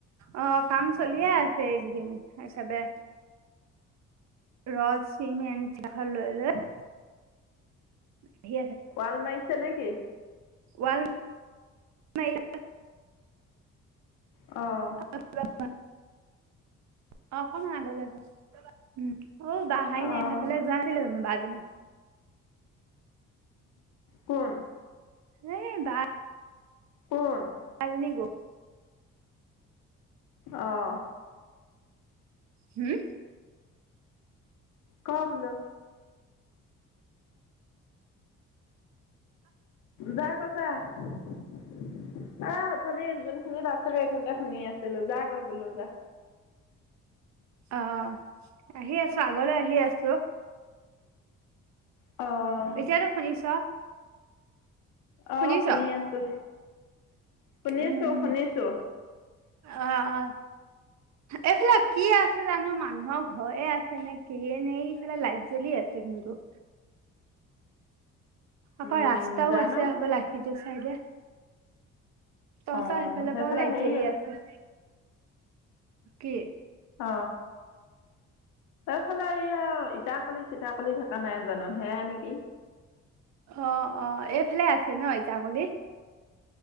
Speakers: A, on the right; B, on the left.
A: অ কাম চলিয়ে আছে এইকেইদিন একেবাৰে। ৰদ চিমণ্ট ভাল লৈ লৈ। আহি
B: ওৱাল মাৰিছে নে কি?
A: ওৱাল মাৰি আছে।
B: অঁ
A: <inaudible> অ অকমান আগলৈ যা উ অ বা আহাই
B: অ'
A: নাই সেইফালে যোৱা আছিলে জানো বা জনী।
B: কোন?
A: এই বা।
B: কোন?
A: <unintelligible>
B: অঁ
A: হম।
B: ক বোলো। যাগৈ যা। এ অথনি যোনখিনিত আছিলো সেইখিনিতে শুনি আছিলো যা গৈ বোলো যা।
A: অ আহি আছো আগলৈ আহি আছো।
B: অ
A: এতিয়াতো শুনিছ?
B: আহ
A: শুনিছ
B: শুনি আছো, শুনিছো
A: উম উম
B: শুনিছো।
A: অ অ এইফালেক, কি আছে জানো মানুহৰ ঘৰে আছে নে কিয়ে নে ইফালে লাইট জ্বলি আছে কিন্তু। আকৌ
B: উম
A: ৰাস্তাও
B: জানো
A: আছে হবলা সিটো চাইদে। তহঁতৰ
B: অঁ
A: সেইফালৰ
B: সেইফালে
A: পৰাও লাইট
B: হেৰি
A: জ্বলি আছে। কি
B: অ এইফালে এইয়া ইটা কলি চিতাকলি থকা নাই। জানো হেয়া নেকি?
A: অ অ এইফালে আছে ন ইটাখুলি।